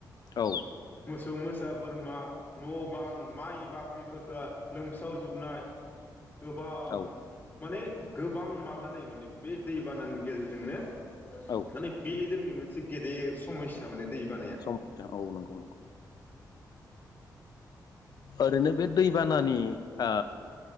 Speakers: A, on the left; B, on the left.
A: औ
B: मोसौ मोसा बोरमा न' बां माइ बाख्रिफोरखौ लोमसावजोबनाय गोबां
A: औ
B: माने गोबां माबा जायो माने बे दै बानानि गेजेरजोंनो
A: औ
B: माने बि जोंनि मोनसे गेदेर समायसा माने दै बानाया
A: समायसाऔ नंगौ नंगौ। ओरैनो बे दैबानानि आ